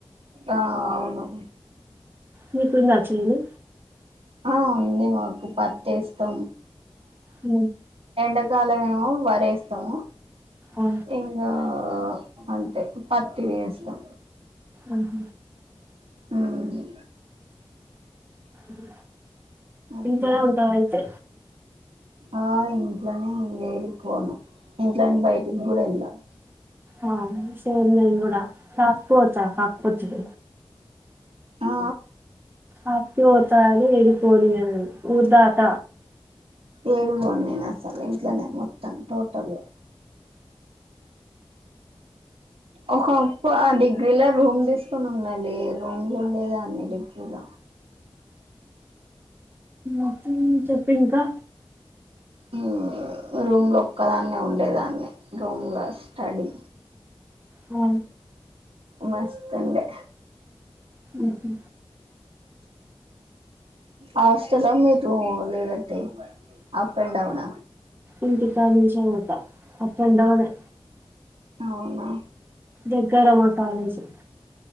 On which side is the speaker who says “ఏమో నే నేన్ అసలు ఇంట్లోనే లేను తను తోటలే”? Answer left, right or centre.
Right